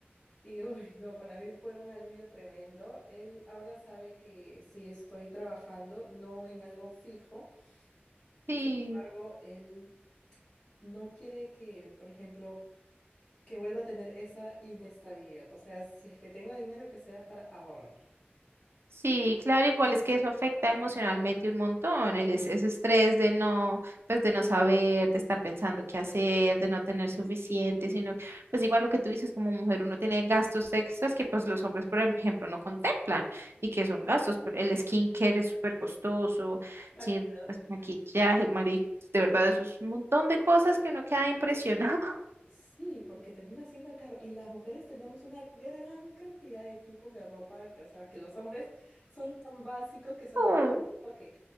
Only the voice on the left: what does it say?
Y uy, no, para mí fue un alivio tremendo. Él ahora sabe que sí estoy trabajando, no en algo fijo.
Sin embargo, él no quiere que, por ejemplo, que vuelva a tener esa inestabilidad. O sea, si es que tengo dinero, que sea para ahorrar.
Exacto.
Sí, porque termina siendo caro. Y las mujeres tenemos una gran cantidad de tipos de ropa, que, o sea, que los hombres son tan básicos que solamente
como que